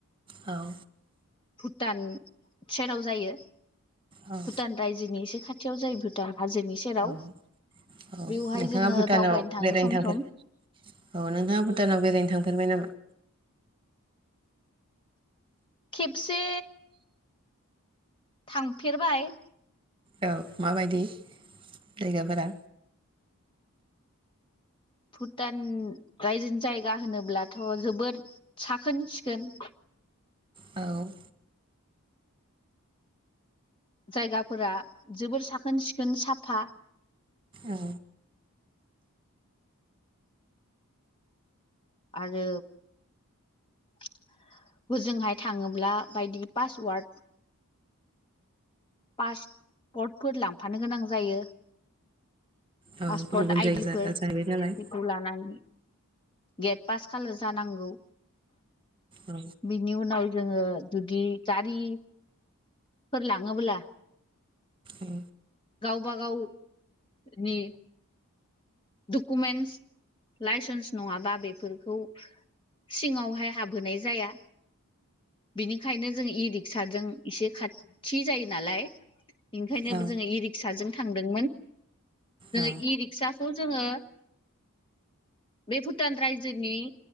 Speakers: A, on the right; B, on the left.
A: औ
B: भुटान सेराव जायो
A: औ
B: भुटान रायजोनि एसे खाथि खाथियाव जायोबो दा हाजोनि सेराव
A: औ औ
B: बेवहाय
A: नोंथाङा
B: जोङो
A: भुटानाव
B: दावबायनो थाङो
A: बेरायनो
B: सम
A: थांफेर
B: सम।
A: औ नोंथाङा भुटानाव बेरायनो थांफेरबाय नामा?
B: खेबसे। थांफेरबाय
A: औ माबायदि जायगाफोरा
B: भुटान रायजोनि जायगा होनोब्लाथ' जोबोद साखोन सिखोन।
A: औ।
B: जायगाफोरा जोबोर साखोन सिखोन साफा।
A: औ।
B: आरो होजोंहाय थाङोब्ला बायदि पासवार्ड पासवार्डफोर लांफानो गोनां जायो।
A: औ
B: पासवार्ड
A: गुबुन
B: आइदिफोर
A: जायगा जा जाहैबाय नालाय औ
B: बेखौ लानानै गेट पास खाल जानांगौ
A: औ
B: बिनि उनाव जोङो जुदि गारि फोर लाङोबोला
A: ए।
B: गावबा गाव नि डकुमेन्टस लाइसेन्स नङाबा बेफोरखौ सिङावहाय हाबहोनाय जाया। बिनिखायनो जों इ रिक्साजों एसे खाथि जायो नालाय ओंखायनो
A: औ
B: जोङो इ रिक्साजों थांदोंमोन जोङो
A: औ
B: इ रिक्साफोर जोङो बे भुटान रायजोनि